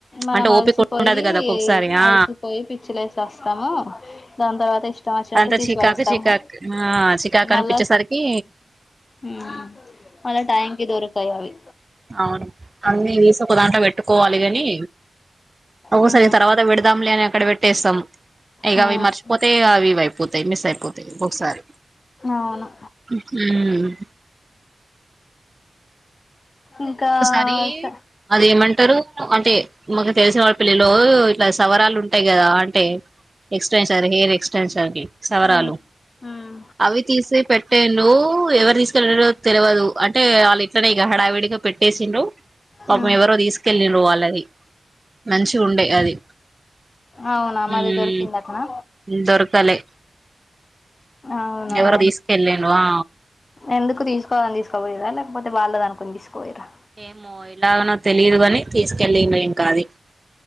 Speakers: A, on the left; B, on the right.
A: మనం
B: అంటే
A: అల్
B: ఓపిక
A: సిపోయి
B: ఉండదు కదా ఒక్కొక్కసారి ఆ
A: అల్ సిపోయి పిచ్చిలేస్ వోస్తాము దాన్ తరవాత ఇష్టం వచ్చినట్టు
B: అదంతా
A: తీస్
B: చికాకు
A: పడేస్తాము
B: చికాకు ఆ చికాకు
A: మళ్ళా
B: అనిపించేసరికి
A: ఉమ్ మళ్ళా టైమ్ కి దొరకయ్ అవి
B: ఔను అన్నీ దీస్ ఒకదాట్ల వేట్టుకోవాలి గని ఓసారి
A: మ్మ్
B: తర్వాత విడదాంలే అని అక్కడ పెట్టేస్తాం ఇక
A: మ్మ్
B: అవి మర్చిపోతే అవి వైప్ పోతయ్ మిస్ అయిపోతయ్ ఒక్ సారి
A: అవును
B: ఊహుమ్
A: ఇంకా
B: ఒక్ సారి
A: స
B: అది ఏమంటరు అంటే మకు తెలేసే వాళ్ళ పిల్లలు ఇట్లా సవరాలు ఉంటాయి కదా అట్ టే ఎక్స్ స్ట్రెంషారు హెయిర్ ఎక్స్ స్టన్షన్ కి సవరాలు
A: మ్మ్ మ్మ్
B: అవి తీసే పెట్టా లో ఎవర్ తీస్ కెళ్ళరో తెలవాదు అంటే అళ్ళు ఇట్లనే ఇగ హడావిడిగా ఏ సిండ్రు పాపం
A: మ్మ్
B: ఎవరో దిసూకెళ్ళిరు వాళ్ళది మంచు ఉండే అది
A: ఔనా మరి
B: ఉమ్
A: దొరుకిన్ అటనా
B: దొరకలే
A: ఔనా
B: ఎవరో తీసుకెళ్ళిండ్రు ఆ
A: ఎందుకు తీస్ కోవన్ తీస్ కపోయేదా ల్యాప్ పోతే వాళ్ళ అన్ కొని దిస్కవోయ్ ర
B: ఏమో ఎలాగనో తెలిదువని తీసుకెళ్లిరు ఇంక అది